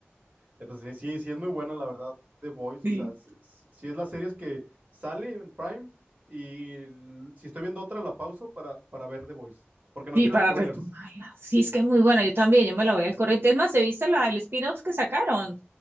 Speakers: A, on the right; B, on the right.
A: Entonces, sí, sí es muy buena, la verdad, The Voice.
B: Sí.
A: O sea, sí, sí- sí es las series que sale en Prime y l- si estoy viendo otra, la pauso para, para ver The Voice. Porque no
B: Sí,
A: quiero
B: para
A: spoilers.
B: retomarla. Sí, es que es muy buena. Yo también, yo me la voy al corriente. Es más, he visto la, el spin-off que sacaron